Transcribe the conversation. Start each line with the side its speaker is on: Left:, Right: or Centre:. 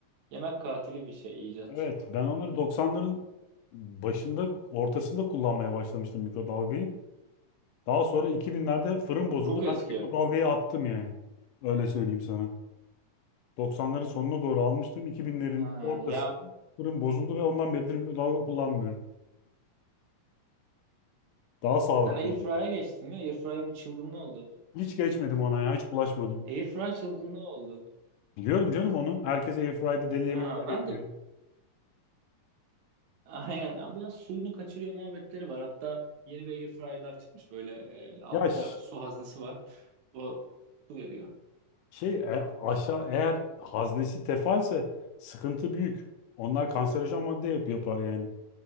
Right: yemek katili bir şey icat.
Left: Evet, ben onları doksanların başında, ortasında kullanmaya başlamıştım mikrodalgayı. Daha sonra 2000'lerde fırın bozuldu.
Right: Çok eski.
Left: Ben de mikrodalgayı attım yani. Öyle söyleyeyim sana. 90'ların sonuna doğru almıştım. 2000'lerin
Right: Ha,
Left: ortasında
Right: ya
Left: fırın bozuldu ve ondan beridir mikrodalga kullanmıyorum. Daha sağlıklı
Right: sen Airfryer'a
Left: oldu.
Right: geçtin mi? Airfryer'in bir çılgınlığı oldu.
Left: Hiç geçmedim ona ya. Hiç bulaşmadım.
Right: Airfryer çılgınlığı oldu.
Left: Biliyorum canım onu. Herkes airfryer'da deli yemekler
Right: Ha, ben
Left: yapıyor.
Right: de Aynen. Ya Biraz suyunu kaçırıyor muhabbetleri var. Hatta yeni bir air fryer'lar çıkmış böyle e, altta
Left: Ya ş-
Right: su haznesi var. O su veriyor.
Left: şey e, aşağı eğer haznesi tefalse sıkıntı büyük. Onlar kanserojen madde yap- yapar yani.